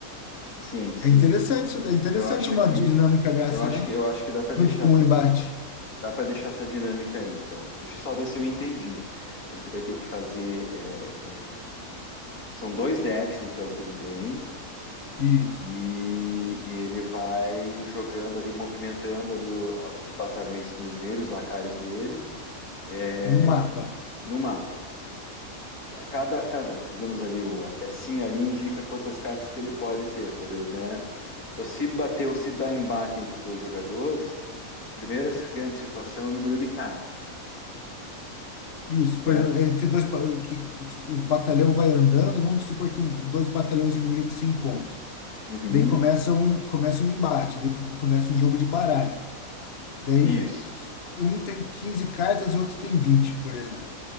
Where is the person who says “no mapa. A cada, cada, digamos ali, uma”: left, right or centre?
Left